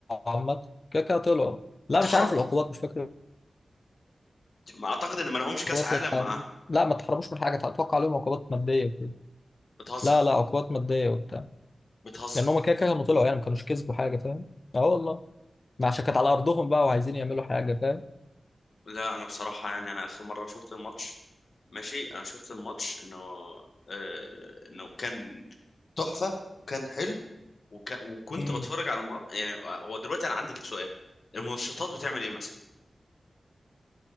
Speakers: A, on the left (about 40°); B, on the left (about 65°).
A: عامة كده كده طلعوا لا
B: اتحرموا
A: مش عارف العقوبات مش فاكر
B: ما اعتقد ان ما لهمش كاس
A: العقوبات
B: عالم
A: اللي اتحرمت
B: معاه
A: لا ما اتحرموش من حاجة اتوقع عليهم عقوبات مادية وكده
B: بتهزر
A: لا لا عقوبات مادية وبتاع
B: بتهزر
A: لان هم كده كده كانوا طلعوا يعني ما كانوش كسبوا حاجة فاهم اه والله ما عشان كانت على ارضهم بقى وعايزين يعملوا حاجه فاهم
B: لا انا بصراحة يعني انا اخر مرة شفت الماتش ماشي انا شفت الماتش انه آه انه كان تحفة وكان حلو وك... وكنت
A: امم
B: بتفرج على الماتش يعني هو دلوقتي انا عندي لك سؤال المنشطات بتعمل ايه مثلا